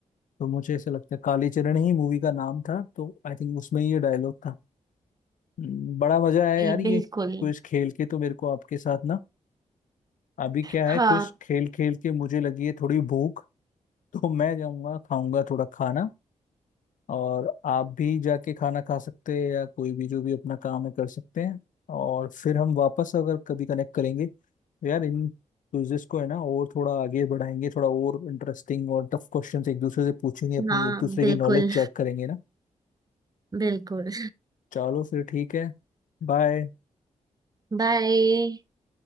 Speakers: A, on the left; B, on the right.
A: तो मुझे ऐसा लगता है कालीचरण ही मूवी का नाम था तो आई थिंक उसमें ही ये डायलॉग था हम्म, बड़ा मजा आया
B: जी
A: यार ये
B: बिल्कुल
A: कुछ खेल के तो मेरे को आपके साथ ना अभी क्या
B: हाँ
A: है कुछ खेल खेल के मुझे लगी है थोड़ी भूख तो मैं जाऊंगा खाऊंगा थोड़ा खाना और आप भी जाके खाना खा सकते हैं या कोई भी जो भी अपना काम है कर सकते हैं और फिर हम वापस अगर कभी कनेक्ट करेंगे तो यार इन क्विजेस को है ना और थोड़ा आगे बढ़ाएंगे थोड़ा और इंटरेस्टिंग और टफ क्वेश्चन एक दूसरे से पूछेंगे अपनी
B: हाँ
A: एक दूसरे
B: बिल्कुल
A: की नॉलेज चेक करेंगे ना
B: बिल्कुल
A: चलो फिर ठीक है बाय
B: बाय